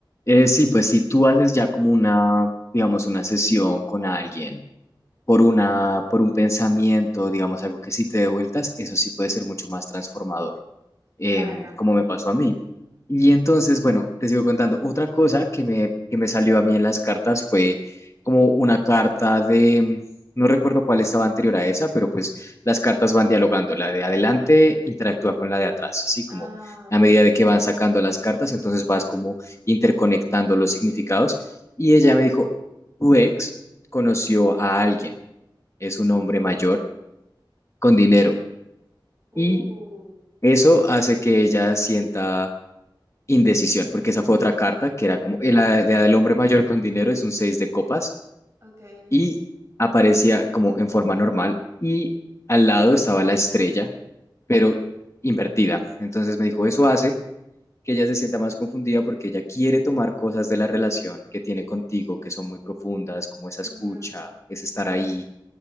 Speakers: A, on the left; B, on the right.
A: Eh, sí, pues si tú haces ya como una, digamos, una sesión con alguien por una, por un pensamiento, digamos, algo que sí te dé vueltas, eso sí puede ser mucho más transformador. em,
B: Claro.
A: como me pasó a mí. Y entonces, bueno, te sigo contando. Otra cosa que me, que me salió a mí en las cartas fue como una carta de, mm, no recuerdo cuál estaba anterior a esa, pero pues las cartas van dialogando. La de adelante interactúa con la de atrás, ¿sí? Como
B: Ah,
A: a
B: ok,
A: medida de que van sacando las cartas, entonces vas como interconectando los significados. Y
B: claro.
A: ella me dijo, tu ex conoció a alguien, es un hombre mayor con dinero.
B: Uh,
A: Y eso hace que ella sienta Indecisión, porque esa fue otra carta que era como el, la de- la del hombre mayor con dinero es un 6 de copas
B: ok.
A: y aparecía como en forma normal y al lado estaba la estrella, pero invertida. Entonces me dijo,
B: Mm,
A: eso hace que ella se sienta más confundida porque ella quiere tomar cosas de la relación que tiene contigo que son muy profundas, como esa
B: ujú.
A: escucha, ese estar ahí,